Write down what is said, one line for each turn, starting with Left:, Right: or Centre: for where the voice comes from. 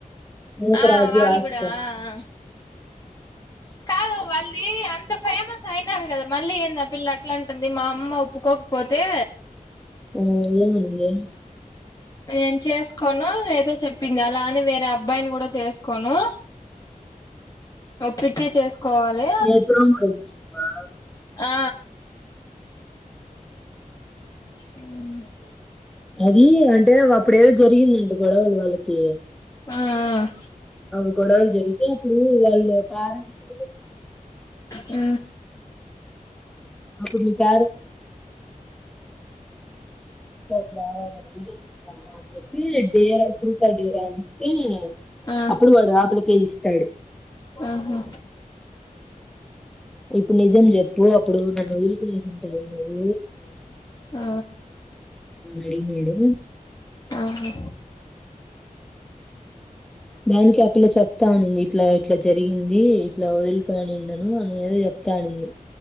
Centre: నుక
Left: ఆ
Centre: రాజు
Left: వాళ్ళు
Centre: ఆసియా
Left: కూడా ఆ ఆ కాదు వాళ్ళది అంత ఫేమస్ అయినారు కదా మళ్ళీ <unintelligible> పిల్ల అట్లాంటుంది మా అమ్మ ఒప్పుకోకపోతే
Centre: ఉం ఏం అనింది
Left: నేను చేసుకోను ఏదో చెప్పింది అలాని వేరే అబ్బాయిని కూడా చేసుకోను ఓపించి చేస్ కావాలే
Centre: ఏ ప్రోమోలో చూసినావా
Left: ఆ <unintelligible>
Centre: అది అంటే ఇప్పుడ ఏదో జరిగిందండి గొడవలు వాళ్ళకి
Left: ఆ
Centre: అవు గొడవలు జరిగితే అప్పుడు వాళ్ళు పేరెంట్స్.
Left: ఆ
Centre: అప్పుడు మీ పేర కులాసుకుంటావా అని చెప్పి డేరా కృతా డేరా అని ఇస్తే
Left: ఆ
Centre: అప్పుడు వాడు ఆపలికే ఇస్త తడు
Left: ఆహా
Centre: ఇప్పుడు నిజం చెప్పు అప్పుడు నన్ను వదు సంటవినరు
Left: ఆ
Centre: అడిగినడు
Left: ఆహా
Centre: దానికి అ పిల్ల చెప్తా అనింది ఇట్లా ఇట్లా జరిగింది ఇట్లా వదులుకొనిండను అనే ఎదో చెప్తా అనింది,